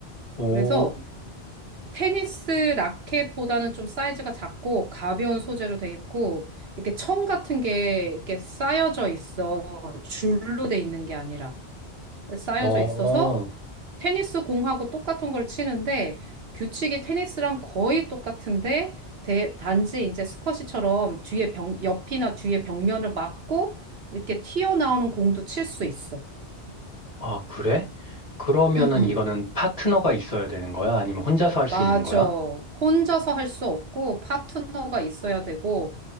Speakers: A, on the left (about 35°); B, on the right (about 60°).
A: 오,
B: 그래서 테니스 라켓보다는 좀 사이즈가 작고 가벼운 소재로 돼 있고 이렇게 천 같은 게 이렇게 쌓여져 있어. 줄로 돼 있는 게 아니라 쌓여져
A: 어,
B: 있어서 테니스 공하고 똑같은 걸 치는데 규칙이 테니스랑 거의 똑같은데 대- 단지 이제 스쿼시처럼 뒤에 벽, 옆이나 뒤에 벽면을 막고 이렇게 튀어나오는 공도 칠 수 있어.
A: 아, 그래? 그러면은
B: 응, 응.
A: 이거는 파트너가 있어야 되는 거야? 아니면 혼자서 할 수
B: 맞아.
A: 있는 거야?
B: 혼자서 할 수 없고 파트너가 있어야 되고